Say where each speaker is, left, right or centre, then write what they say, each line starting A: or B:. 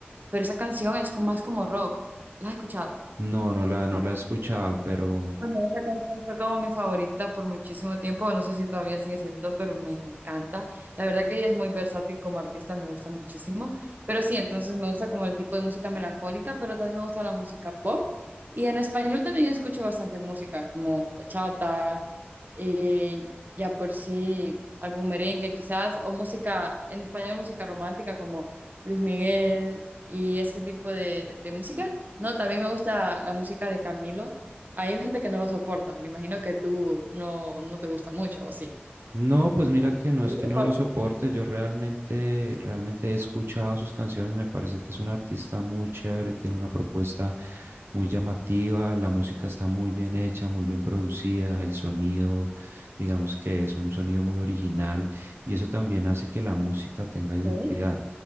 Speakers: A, on the right (about 50°); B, on the right (about 80°).
A: pero esa canción es como, más como rock. ¿La has escuchado?
B: No, no la,
A: No.
B: no la he escuchado, pero,
A: Bueno, esa canción fue como mi favorita por muchísimo tiempo, no sé si todavía sigue siendo, pero me encanta. La verdad que ella es muy versátil como artista, me gusta muchísimo. Pero sí, entonces me gusta como el tipo de música melancólica, pero también me gusta la música pop. Y en español también escucho bastante música, como bachata, eh, ya por sí, algún merengue quizás, o música, en español música romántica como Luis Miguel y ese tipo de, de música. No, también me gusta la música de Camilo hay gente que no lo soporta. Me imagino que tú no, no te gusta mucho, ¿o sí?
B: No, pues mira que no es
A: Sí,
B: que no
A: ¿Por
B: lo soporte, yo realmente, realmente he escuchado sus canciones, me parece que es un artista muy chévere, tiene una propuesta muy llamativa, la música está muy bien hecha, muy bien producida, el sonido, digamos que es un sonido muy original y eso también hace que la música tenga identidad,
A: qué?